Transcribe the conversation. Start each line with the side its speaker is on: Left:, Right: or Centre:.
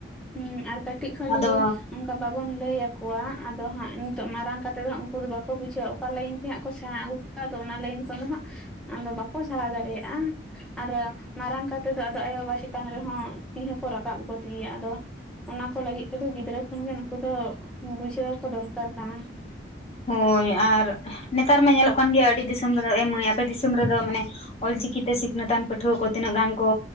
Centre: ᱦᱮᱸ ᱟᱨ ᱠᱟᱹᱴᱤᱡ ᱠᱷᱚᱱ
Left: ᱟᱫᱚ
Centre: ᱡᱩᱫᱤᱼᱼ ᱚᱱᱠᱟ ᱵᱟᱵᱚᱱ ᱞᱟᱹᱭᱟᱚᱣᱟ ᱟᱫᱚ ᱦᱟᱸᱜ ᱱᱤᱛᱚᱜ ᱢᱟᱨᱟᱝ ᱠᱟᱛᱮᱫ ᱫᱚ ᱩᱱᱠᱩ ᱫᱚ ᱵᱟᱠᱚ ᱵᱩᱡᱷᱟᱹᱣᱟ ᱚᱠᱟ ᱞᱟᱭᱤᱱ ᱛᱮ ᱦᱟᱸᱜ ᱠᱚ ᱥᱮᱬᱟ ᱟᱹᱜᱩᱣᱟ ᱟᱫᱚ ᱚᱱᱟ ᱞᱟᱭᱤᱱ ᱠᱷᱚᱱᱫᱚ ᱦᱟᱸᱜ ᱟᱫᱚ ᱵᱟᱠᱚ ᱥᱟᱦᱟ ᱫᱟᱲᱮᱭᱟᱜᱼᱟ᱾ ᱟᱨ ᱢᱟᱨᱟᱝᱛᱮᱫ ᱫᱚ ᱟᱫᱚ ᱟᱭᱳᱼᱵᱟᱵᱟ ᱪᱮᱛᱟᱱ ᱨᱮᱦᱚᱸ ᱛᱤ ᱦᱚᱸᱠᱚ ᱨᱟᱠᱟᱵ ᱜᱚᱫ ᱜᱮᱭᱟ ᱟᱫᱚ᱾ ᱚᱱᱟ ᱠᱚ ᱞᱟᱹᱜᱤᱫ ᱛᱮᱫᱚ ᱜᱤᱫᱽᱨᱟᱹ ᱠᱷᱚᱱᱜᱮ ᱱᱩᱠᱩ ᱫᱚ ᱵᱩᱡᱷᱟᱹᱣ ᱠᱚ ᱫᱚᱨᱠᱟᱨ ᱠᱟᱱᱟ᱾
Left: ᱦᱳᱭ ᱟᱨ ᱱᱮᱛᱟᱨ ᱢᱟ ᱧᱮᱞᱚᱜ ᱠᱟᱱ ᱜᱮᱭᱟ ᱟᱹᱰᱤ ᱫᱤᱥᱚᱢ ᱨᱮᱫᱚ ᱮᱢ ᱢᱟᱹᱭ ᱟᱯᱮ ᱫᱤᱥᱚᱢ ᱨᱮᱫᱚ ᱢᱟᱱᱮᱼᱼ ᱚᱞᱪᱤᱠᱤᱛᱮ ᱥᱤᱠᱷᱱᱟᱹᱛᱟᱱ ᱯᱟᱹᱴᱷᱩᱣᱟᱹ ᱠᱚ ᱛᱤᱱᱟᱹᱜ ᱜᱟᱱ ᱠᱚ